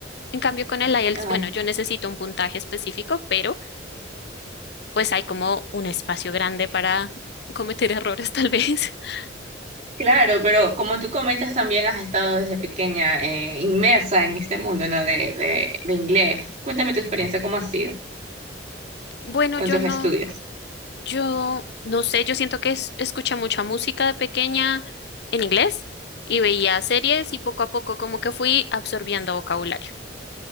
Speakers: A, on the left; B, on the right.
A: En cambio, con el IELTS,
B: <laughs> Ay,
A: bueno, yo necesito un puntaje específico, pero pues hay como un espacio grande para cometer errores, tal vez. <laughs>
B: Claro, pero como tú comentas, también has estado desde pequeña eh, inmersa en este mundo, ¿no? De, de, de inglés. Cuéntame tu experiencia, ¿cómo ha sido
A: Bueno,
B: con
A: yo
B: tus
A: no,
B: estudios?
A: yo no sé, yo siento que es, escuché mucha música de pequeña en inglés y veía series y poco a poco como que fui absorbiendo vocabulario.